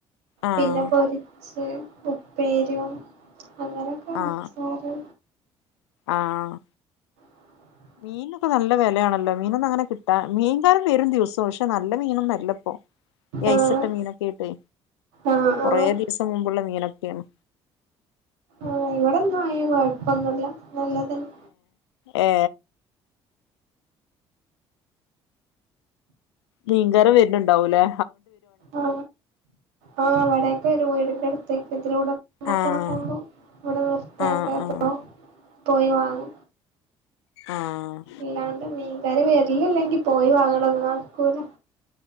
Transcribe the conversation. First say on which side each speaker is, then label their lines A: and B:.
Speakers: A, on the left; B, on the right.
A: ആഹ്
B: പിന്നെ പൊരിച്ച് അ ഉപ്പേരിയും അങ്ങനെയൊക്കെ
A: ആഹ്
B: അച്ചാറ്
A: ആഹ്
B: <inaudible>
A: മീനൊക്കെ നല്ല വിലയാണല്ലോ മീനൊന്നും അങ്ങനെ കിട്ടാ മീൻകാര് വരും ദിവസവും പക്ഷെ നല്ല മീനൊന്നും അല്ലപ്പോ ഈ
B: ആഹ്
A: ഐസിട്ട മീനൊക്കെ ആയിട്ട്
B: ആഹ്
A: കുറെ
B: ആഹ്
A: ദിവസം മുമ്പുള്ള മീനൊക്കെ ഇല്യ
B: ആഹ് ഇവിടെന്നും ആ കൊഴപ്പൊന്നുല്ല നല്ലതന്നെ
A: ഏ മീങ്കാരൻ വരണണ്ടാവൂലേ
B: ആ ആ് അവിടെയൊക്കെ വരു വീഹടിന്റെ അടുത്തതിലൂടെ നമ്മുക്കൂടെ
A: ആഹ്
B: പോകുമ്പോ ഇവിടെ നിർത്തും
A: ആഹ് ആഹ്
B: <unintelligible> പോയി വാങ്ങാ
A: ആഹ്
B: ഇല്ലാണ്ട് മീൻകാര് വരിലില്ലെങ്കി പോയി വാങ്ങലൊന്നും നടക്കൂല